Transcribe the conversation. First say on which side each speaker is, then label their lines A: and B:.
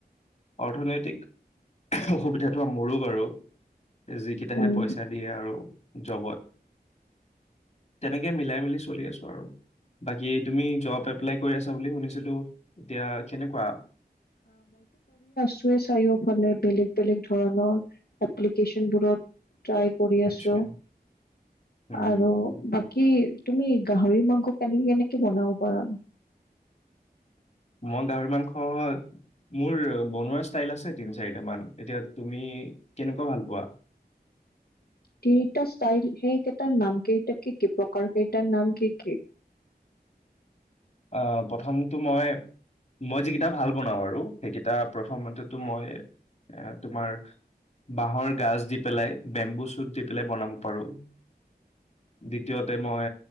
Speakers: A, on the left (about 40°); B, on the left (about 65°).
A: অৰ্থনৈতিক অসুবিধাটো মোৰো বাৰু। যিকেইটাহে
B: উম,
A: পইচা দিয়ে আৰু জবত। তেনেকে মিলাই মিলি চলি আছো আৰু বাকী তুমি জব এপ্লাই কৰি আছা বুলি শুনিছিলো এতিয়া কেনেকুৱা
B: দিচুৱে চাৰিওফালে বেলেগ -বেলেগ ধৰণৰ এপ্লিকেচনবোৰত ট্ৰাই কৰি
A: আচ্ছা
B: আছো
A: হম হম
B: আৰু
A: হম
B: বাকী তুমি গাহৰি মাংস কেনেকে -কেনেকে বনাব পাৰা?
A: মই গাহৰি মাংস, মোৰ বনোৱা ষ্টাইল আছে তিন চাৰিট মান এতিয়া তুমি কেনেকুৱা ভাল পোৱা?
B: তিনিটা ষ্টাইল সেইকেইটাৰ নাম কেইটা কি', - কি', প্ৰকাৰ কেইটাৰ নাম কি', - কি',?
A: আহ', প্ৰথমটো মই -মই যিকেইটা ভাল বনাওঁ আৰু সেইকেইটা প্ৰথমতেতো মই এ', তোমাৰ বাহৰ গাজ দি পেলাই বেম্বু চুট দি পেলাই বনাব পাৰো । দ্বিতীয়তে মই